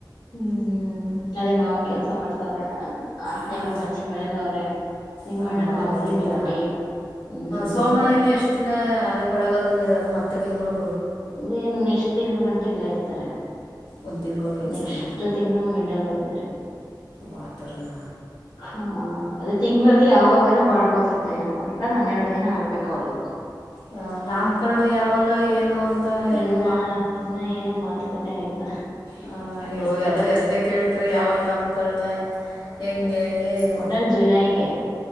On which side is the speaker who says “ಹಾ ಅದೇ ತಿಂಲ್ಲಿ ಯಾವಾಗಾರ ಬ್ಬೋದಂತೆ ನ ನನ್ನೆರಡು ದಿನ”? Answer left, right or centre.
Left